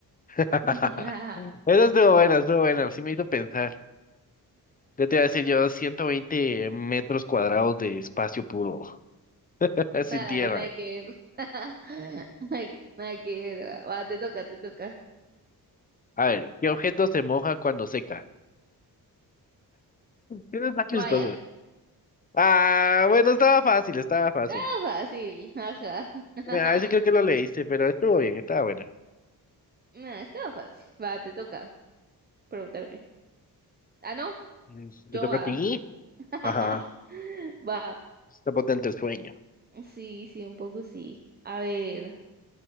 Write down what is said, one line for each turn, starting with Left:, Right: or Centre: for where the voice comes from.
Left: <laughs>
Right: <laughs> Nada,
Left: Eso estuvo bueno, estuvo bueno, sí me hizo pensar. Yo te iba a decir yo 120 metros cuadrados de espacio puro, <laughs> sin
Right: nada
Left: tierra.
Right: que ver. <laughs> Nada que ver. Va, te toca, te toca.
Left: A ver, ¿qué objeto se moja cuando seca? Eso está chistoso.
Right: Toalla.
Left: Ah, bueno, estaba fácil, estaba fácil.
Right: Ah, fácil. Ajá. <laughs>
Left: a ese creo que lo leíste, pero estuvo bien, estaba buena.
Right: Nah, estaba fácil. Va, te toca preguntarme. Ah, no,
Left: Mm,
Right: yo
Left: Te toca
Right: va.
Left: a ti.
Right: <laughs>
Left: Ajá.
Right: Va.
Left: Está potente el sueño.
Right: Sí, sí, un poco sí. A ver,